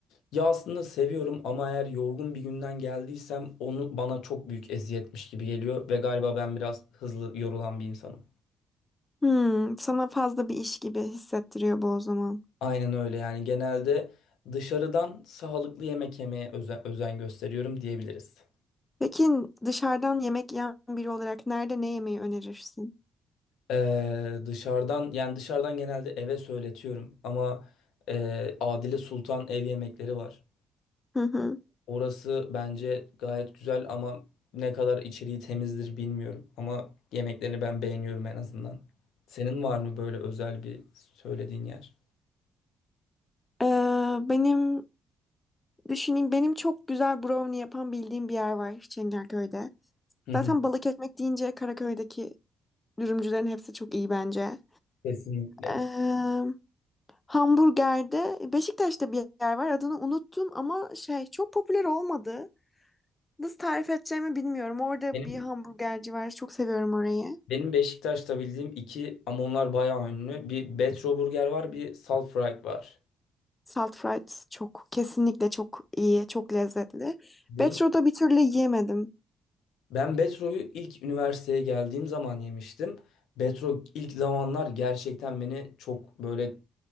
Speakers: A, on the left; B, on the left.
A: Ya aslında seviyorum ama eğer yorgun bir günden geldiysem onu bana çok büyük eziyetmiş gibi geliyor ve galiba ben biraz hızlı yorulan bir insanım.
B: Hmm, sana fazla bir iş gibi hissettiriyor bu o zaman.
A: Aynen öyle yani genelde dışarıdan sağlıklı yemek yemeye özen, özen gösteriyorum diyebiliriz.
B: Peki dışarıdan yemek yiyen biri olarak nerede ne yemeyi önerirsin?
A: Ee, dışarıdan yani dışarıdan genelde eve söyletiyorum ama e, Adile Sultan ev yemekleri var.
B: Hı hı.
A: Orası bence gayet güzel ama ne kadar içeriği temizdir bilmiyorum ama yemeklerini ben beğeniyorum en azından. Senin var mı böyle özel bir söylediğin yer?
B: Ee, benim düşüneyim benim çok güzel brownie yapan bildiğim bir yer var Çengelköy'de.
A: Hı hı,
B: Zaten balık ekmek deyince Karaköy'deki dürümcülerin hepsi çok iyi bence.
A: kesinlikle.
B: Ee, hamburgerde Beşiktaş'ta bir yer var adını unuttum ama şey çok popüler olmadı. Nasıl tarif edeceğimi bilmiyorum. Orada
A: Benim
B: bir hamburgerci var. Çok seviyorum orayı.
A: benim Beşiktaş'ta bildiğim iki ama onlar bayağı ünlü. Bir Betro Burger var, bir Salt Fried var.
B: Salt fries çok kesinlikle çok iyi, çok lezzetli.
A: Değil
B: Betro'da bir türlü yiyemedim.
A: Ben Betro'yu ilk üniversiteye geldiğim zaman yemiştim. Betro ilk zamanlar gerçekten beni çok böyle